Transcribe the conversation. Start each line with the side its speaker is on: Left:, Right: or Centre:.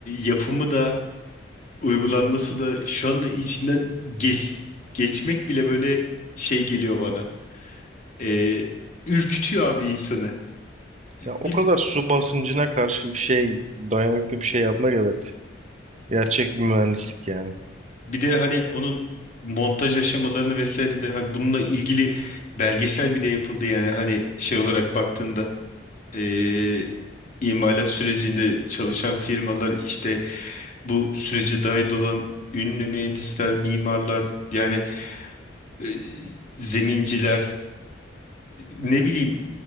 Left: yapımı da uygulanması da şu anda içinden geç, geçmek bile böyle şey geliyor bana. Ee, ürkütüyor abi insanı. Bir,
Right: Ya o kadar su basıncına karşı bir şey, dayanıklı bir şey yapmak evet. Gerçek bir mühendislik yani.
Left: bir de hani onun montaj aşamalarını vesaire de hani bununla ilgili belgesel bile yapıldı yani hani şey olarak baktığında ee, imalat sürecinde çalışan firmalar işte bu sürece dahil olan ünlü mühendisler, mimarlar yani ee, zeminciler ne bileyim